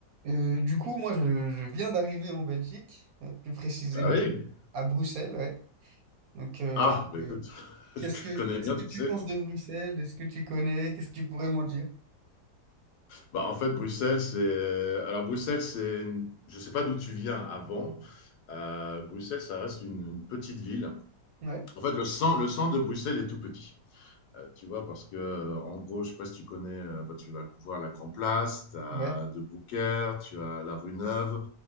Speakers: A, on the right; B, on the left.
A: Euh, du coup, moi, je, je viens d'arriver en Belgique, euh, plus précisément
B: Ah oui?
A: à Bruxelles, ouais. Donc, euh,
B: Ah, bah
A: euh,
B: écoute, <laughs>
A: qu'est-ce
B: je
A: que
B: connais
A: qu'est-ce
B: bien,
A: que
B: tu
A: tu
B: sais.
A: penses de Bruxelles? Est-ce que tu connais? Qu'est-ce que tu pourrais m'en dire?
B: Bah, en fait, Bruxelles, c'est. Alors, Bruxelles, c'est. une- Je sais pas d'où tu viens avant. Euh, Bruxelles, ça reste une, une petite ville.
A: Ouais,
B: En fait, le, cen- le centre de Bruxelles est tout petit. Euh, tu vois, parce que, euh, en gros, je sais pas si tu connais, euh, bah, tu vas voir la Grand Place, tu as
A: ouais.
B: De Brouckère, tu as la rue Neuve,